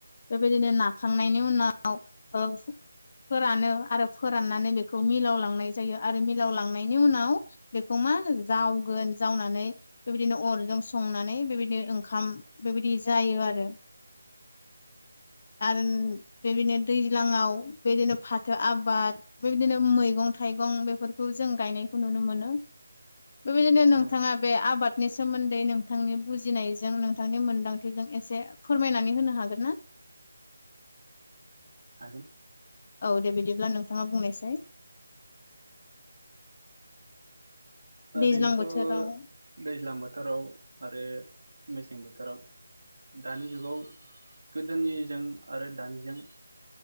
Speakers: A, on the left; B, on the right.
A: बेबायदिनो नाखांनायनि उनाव ओ फोरानो आरो फोराननानै बेखौ मिलाव लांनाय जायो आरो मिलाव लांनायनि उनाव बेखौ मा जावगोन जावनानै बेबायदिनो अरजों संनानै बेबायदिनो ओंखाम बेबायदि जायो आरो।
B: लांदां
A: आरो बेबायदिनो दैज्लाङाव बेदिनो फाथो आबाद बेबायदिनो मैगं थाइगं बेफोरखौ जों गायनायखौ नुनो मोनो। बेबायदिनो नोंथाङा
B: औ
A: बे आबादनि सोमोन्दै नोंथांनि बुजिनायजों नोंथांनि मोनदांथिजों एसे फोरमायनानै होनो हागोन ना?
B: हागोन
A: औ दे बिदिब्ला नोंथाङा बुंनायसाय।
B: ओरैनोथ'
A: दैज्लां बोथोराव
B: दैज्लां बोथोराव आरो मेसें बोथोराव दानि जुगाव गोदोनिजों आरो दानिजों